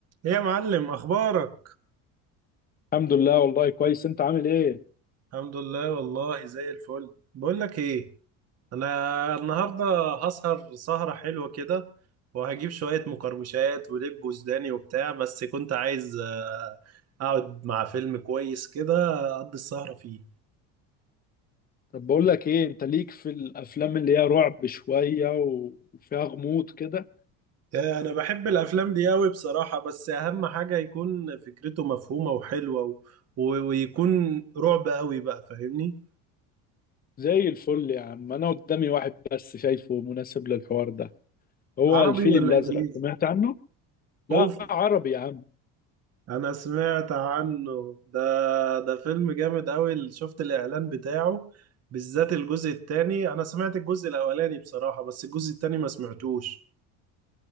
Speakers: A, on the right; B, on the left.
A: ايه يا معلم اخبارك
B: الحمد لله والله كويس انت عامل ايه
A: الحمد لله والله زي الفل بقول لك ايه انا النهارده هسهر سهره حلوه كده وهجيب شويه مقرمشات ولب وسوداني وبتاع بس كنت عايز آه، اقعد مع فيلم كويس كده اقضي السهره فيه
B: طب بقول لك ايه انت ليك في الافلام اللي هي رعب شوية و- وفيها غموض كده
A: آه، انا بحب الافلام دي قوي بصراحه بس اهم حاجه يكون فكرته مفهومه وحلوه و... و- ويكون رعب قوي بقى فاهمني
B: زي الفل يا عم انا قدامي واحد بس شايفه مناسب للحوار ده هو
A: عربي
B: الفيل
A: ولا
B: الازرق
A: انجليزي
B: سمعت عنه لا
A: اوف
B: عربي يا عم
A: انا سمعت عنه ده ده فيلم جامد قوي شفت الاعلان بتاعه بالذات الجزء الثاني انا سمعت الجزء الاولاني بصراحة بس الجزء الثاني ما سمعتوش